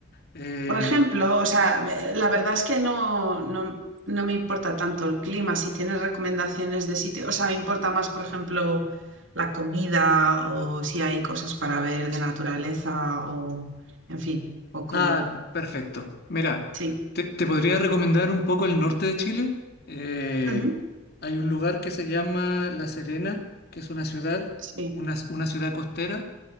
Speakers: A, on the left; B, on the right.
A: eh,
B: Por ejemplo, o sea, eh, la verdad es que no, no, no me importa tanto el clima. Si tienes recomendaciones de sitio, o sea, me importa más, por ejemplo, la comida o si hay cosas para ver de naturaleza o, en fin, poco,
A: ah, p- perfecto. Mira,
B: sí.
A: te, te podría recomendar un poco el norte de Chile. Eh,
B: Ujú,
A: hay un lugar que se llama La Serena, que es una ciudad,
B: Sí,
A: una, una ciudad costera,